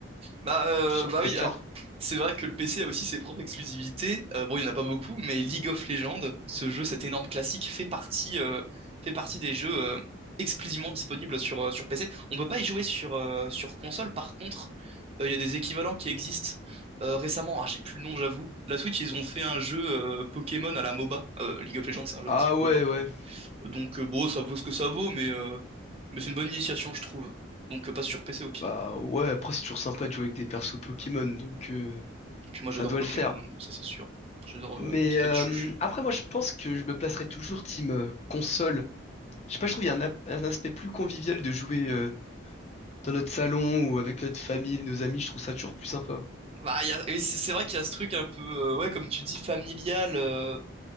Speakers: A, on the right; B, on the left.
A: Bah, euh,
B: sur
A: bah
B: PS4?
A: oui, alors, c'est vrai que le PC a aussi ses propres exclusivités. Euh, bon, il n'y en a pas beaucoup, mais League of Legends, ce jeu, cet énorme classique, fait partie, euh, fait partie des jeux euh, exclusivement disponibles sur, euh, sur PC. On peut pas y jouer sur, euh, sur console, par contre, euh, il y a des équivalents qui existent. Euh, récemment, ah, j'ai plus le nom, j'avoue. La Switch, ils ont fait un jeu euh, Pokémon à la MOBA. Euh, League of Legends, c'est un jeu
B: Ah
A: de type
B: ouais,
A: MOBA.
B: ouais.
A: Donc, euh, bon, ça vaut ce que ça vaut, mais, euh, mais c'est une bonne initiation, je trouve. Donc, euh, passe sur PC au pire.
B: Bah ouais, après, c'est toujours sympa de jouer avec des persos Pokémon, donc euh,
A: Et puis moi,
B: ça
A: j'adore
B: doit
A: Pokémon,
B: le faire.
A: ça c'est sûr. J'adore
B: Mais
A: euh, Pikachu.
B: euh, après, moi, je pense que je me placerai toujours team euh, console. Je sais pas, je trouve qu'il y a un, ap- un aspect plus convivial de jouer euh, dans notre salon ou avec notre famille, nos amis, je trouve ça toujours plus sympa.
A: Bah, il y a- et c'est c'est vrai qu'il y a ce truc un peu, euh, ouais, comme tu dis, familial, euh,